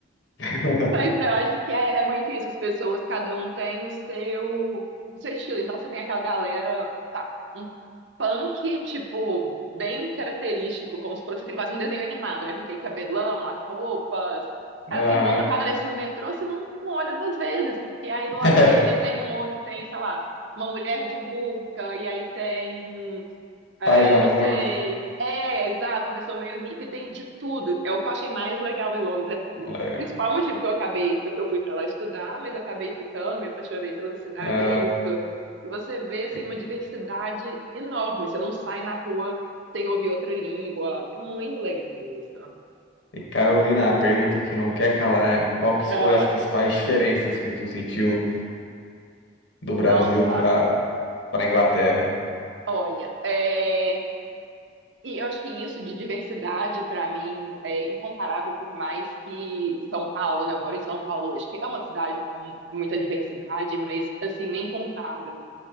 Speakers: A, on the left; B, on the right.
A: <laughs>
B: Mas eu acho que é, é muito isso. As pessoas, cada um tem o seu, o seu estilo. Então você tem aquela galera, tá, um punk, tipo, bem característico, como se fosse assim, quase um desenho animado, né? Com aquele cabelão, as roupas. Cara,
A: Aham.
B: você encontra um cara desse no metrô, você não, não olha duas vezes, porque aí do
A: <laughs>
B: lado dele tem um outro, tem, sei lá, uma mulher de burca, e aí tem. É,
A: Paz e amor,
B: não sei. É, exato, uma pessoa meio hippie tem de tudo. É o que eu achei mais legal em Londres. É o
A: colega.
B: o principal motivo que eu acabei, que eu fui para lá estudar, mas acabei ficando, me apaixonei pela cidade,
A: Ah,
B: é isso. E você vê assim
A: e
B: uma
A: que-
B: diversidade enorme. Você não sai na rua sem ouvir outra língua. É muito legal isso.
A: e Carolina, a pergunta que não quer calar, é qual que foi
B: Ah,
A: as principais diferenças que tu sentiu do Brasil
B: nossa,
A: para para Inglaterra?
B: olha, é, E eu acho que isso de diversidade, para mim, é incomparável, por mais que São Paulo, né? Eu moro em São Paulo hoje, que é uma cidade com muita diversidade, mas, assim, nem compara